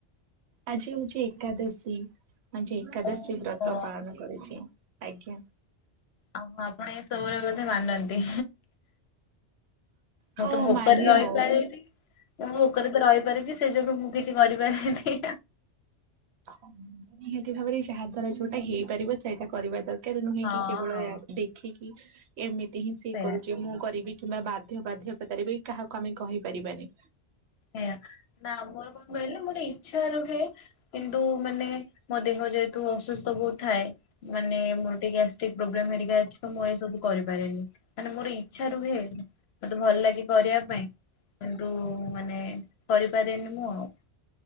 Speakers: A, on the right (about 70°); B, on the left (about 65°).
A: ଆଜି ହଉଛି ଏକାଦଶୀ ଆଜି ଏକାଦଶୀ
B: ଓହୋ
A: ବ୍ରତ
B: ଆଉ
A: ପାଳନ କରୁଛି ଆଜ୍ଞା।
B: ଆ ଆପଣ ଏ ସବୁୁର ବୋଧେ ମାନନ୍ତି।
A: ହଉ
B: ମୁଁ ତ ଭୋକରେ
A: ମାନେ
B: ରହିପାରେନି
A: ଆଉ
B: ମୁଁ ଭୋକରେ ତ ରହିପାରେନି ସେ ଯୋଗୁଁ ମୁଁ କିଛି କରିପାରେନି।
A: ହ ନିହାତି ଭାବରେ ଯାହାଦ୍ୱାରା ଯୋଉଟା ହେଇପାରିବ ସେଇଟା କରିବା ଦରକାର। ନୁହେଁ
B: ହଁ
A: କି କେବଳ
B: ହଁ
A: ଦେଖିକି ଏମିତି ହିଁ ସିଏ
B: ସେଇଆ
A: କରୁଛି ମୁଁ କରିବି। କିମ୍ବା ବାଧ୍ୟ ବାଧ୍ୟକତାରେ ବି କାହାକୁ ଆମେ କହିପାରିବାନି।
B: ସେୟା ନା ମୋର କଣ କହିଲେ ମୋରେ ଇଚ୍ଛା ରୁହେ କିନ୍ତୁ ମାନେ ମୋ ଦେହ ଯେହେତୁ ଅସୁସ୍ଥ ବହୁତ ଥାଏ ମାନେ ମୋର ଟିକେ ଗ୍ୟାସଟିକ ପ୍ରୋବ୍ଲେମ ହରିକା ଅଛିତ ମୁଁ ଏ ସବୁ କରିପାରେନି ମାନେ ମୋର ଇଛା ରୁହେ ମତେ ଭଲ ଲାଗେ କରିବା ପାଇଁ କିନ୍ତୁ ମାନେ କରିପାରେନି ନାଁଆଉ।